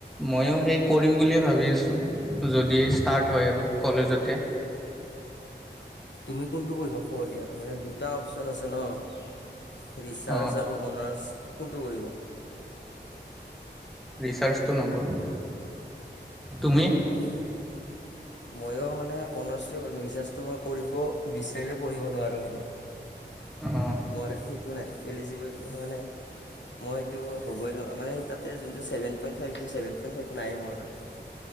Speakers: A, in the centre; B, on the left (about 80°).
A: ময়ো সেই কৰিম বুলিয়ে ভাবি আছোঁ যদি ষ্টাৰ্ট হয় আৰু কলেজতে
B: তুমি কোনটো কৰিবা ফৰ্ত ইয়াৰৰ মানে দুটা অপচন আছে ন ৰিচাৰ্চ
A: অঁ
B: আৰু অনাৰ্ছ কোনটো কৰিবা
A: ৰিচাৰ্জটো নকৰোঁ তুমি
B: অঁ অঁ ময়ো মানে অনাচ্ টোৱে কৰিম ৰিচাৰ্জটো মই কৰিব বিচাৰিলেও পঢ়িব নোৱাৰোঁ মানে
A: অঁ
B: মৰ সেইটো নাই এলিজেবেল সেই মানে মই সেইটো হ'বই নোৱাৰোঁ মানে সেই তাতে যোনটো seven point five seven point five নাই মোৰ মানে